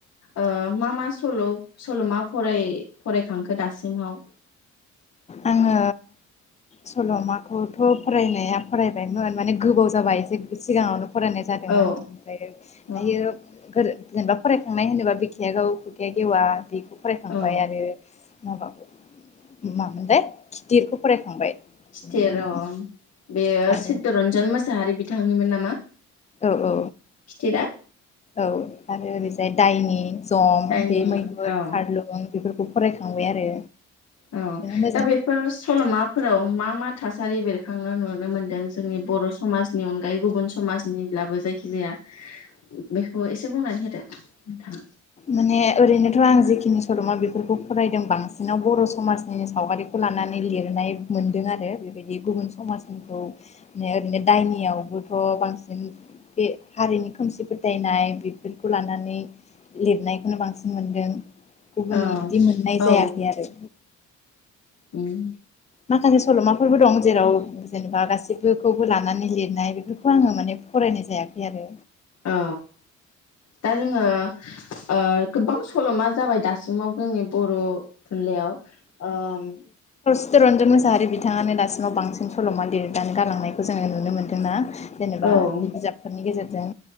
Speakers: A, on the left; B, on the left.
A: ओ। मा मा सल' सल'मा फराय फरायखांखो दासिमाव।
B: आङो सल'माखौथ' फरायनाया फरायबायमोन माने गोबाव जाबाय एसे सिगाङावनो फरायनाय जादोंमोन
A: औ
B: ओमफ्राय
A: औ
B: दायो। जेनेबा फरायखांनाय होनोबा बिखाया गावो खुखाया गेवा बेखौ। फरायखांबाय
A: औ
B: आरो। माबाबो उम। लाय गिदिरखौ फरायखांबाय।
A: खिथेर
B: बेनि उनाव
A: अ बेयो
B: आरो
A: चित्तरन्जन मोसाहारि बिदि। थाङोमोन नामा?
B: औ औ
A: खिथेरा
B: औ आरो ओरैजाय दायनि जं
A: जायनि
B: बे मैगुर
A: औ
B: खारलुं बेफोरखौ फरायखां खांबाय आरो।
A: औ
B: मोजां
A: दा बेफोर सल'माफोराव मा मा। थासारि बेरखांनो नुनो मोनदों। जोंनि बर' समाजनि अनगायै गुबुन समाजनिब्लाबो जाय जिया। बेखौ एसे बुंनानै होदो नोंथा
B: माने ओरैनोथ' आं जिखिनि सल'मा बेफोरखौ फरायदों बांसिनाव बर' समाजनि सावगारिखौ लानानै लिरनाय मोनदों आरो बेबायदि गुबुन समाजनिखौ माने ओरैनो दायनियावबोथ' बांसिन बे हारिनि खोमसि फोथायनाय बेफोरखौ लानानै लिरनायखौनो बांसिन मोनगोन। गुबुननि
A: औ
B: बिदि मोननाय
A: औ
B: जायाखै आरो
A: उम
B: माखासे सल'माफोरबो दं जेराव जेनेबा गासिबोखौबो लानानै लिरनाय बेफोरखौ आङो माने फरायनाय जायाखै आरो
A: औ दा जोङो ओ गोबां सल'मा जाबाय दासिमाव जोंनि बर' थुनलाइयाव ओम
B: चितरन्जन मुसाहारि बिथाङानो दासिमाव बांसिन सल'मा लिरनानै गालांनायखौ जोङो नुनो मोन्दोंना जेनेबा
A: औ
B: बे बिजाबफोरनि गेजेर जों